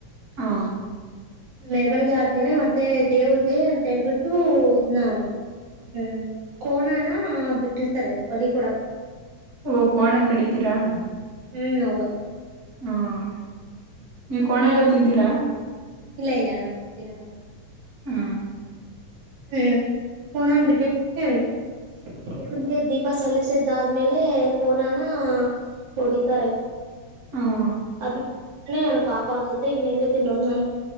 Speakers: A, on the right (about 35°); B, on the right (about 70°).
A: ಹಾ
B: ಮೆರವಣಿಗೆ ಆದ್ಮೇಲೆ ಮತ್ತೆ ದೇವ್ರಗೆ ಅಂತ ಹೇಳ್ಬಿಟ್ಟು ಇದ್ನ್ನ ಹ್ಮ್ ಕೋನಾನ ಬಿಟ್ಟಿರ್ತಾರೆ ಬಲಿ ಕೊಡಕ
A: ಓ ಕೋಣ ಕಡಿತೀರಾ
B: ಹ್ಮ್ ಹೌದ
A: ಹ್ಮ ಈ ಕಣ ಎಲ್ಲ ತಿಂತೀರಾ
B: ಇಲ್ಲ ಇಲ್ಲ ನಾನ ಅ ತಿನಾಗೆಲ್ಲ
A: ಹ್ಮ.
B: ಹ್ಮ್ ಕೋಣನ್ ಬಿಟ್ಟಿರ್ತಾರೆನಿಗೆ ದೀಪ ಸಲ್ಲಿಸಿದಾದ್ಮೇಲೆ ಕೋನಾನ ಹೊಡಿತಾರೆ.
A: ಹ್ಮ್
B: ಅದು. ನು ಪಾಪ ಅನ್ಸುತ್ತೆ ಇನ್ನು ಎಲ್ಲಿ ತಿನ್ನೋದು ನಾನು.